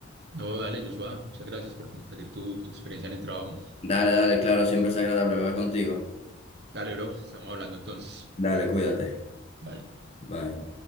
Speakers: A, on the right; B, on the left.
A: No, dale, Joshua, muchas gracias por compartir tu, tu experiencia en el trabajo.
B: Dale, dale, claro, siempre es agradable hablar contigo.
A: Dale, bro, estamos hablando entonces.
B: Dale, cuídate.
A: Bye.
B: Bye.